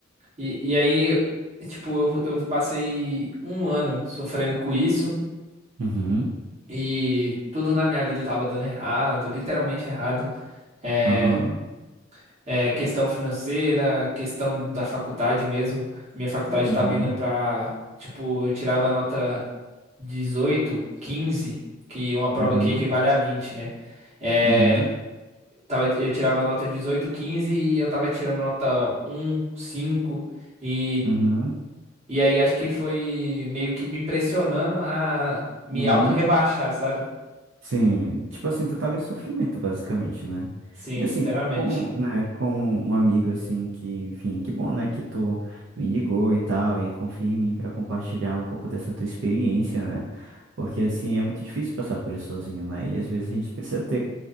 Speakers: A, on the right; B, on the right.
A: e, e aí, tipo, eu, eu passei um ano sofrendo com isso
B: Uhum,
A: e tudo na minha vida tava dando errado, literalmente errado. É,
B: aham,
A: é, questão financeira, questão da faculdade mesmo. Minha faculdade
B: uhum,
A: tava indo pra, tipo, eu tirava a nota 18 15 que é uma prova
B: uhum,
A: que equivale a vinte né? É,
B: uhum,
A: tava, eu tirava a nota 18 15 e eu tava tirando nota um cinco E
B: uhum,
A: E aí acho que foi meio que me pressionando a me
B: uhum.
A: auto-rebaixar, sabe?
B: Sim, tipo assim, tu tava em sofrimento, basicamente, né?
A: Sim,
B: E assim,
A: literalmente.
B: como, né, como um amigo, assim, que, enfim, que bom, né, que tu me ligou e tal, e confia em mim pra compartilhar um pouco dessa tua experiência, né? Porque, assim, é muito difícil passar por isso sozinho, né? E às vezes a gente precisa ter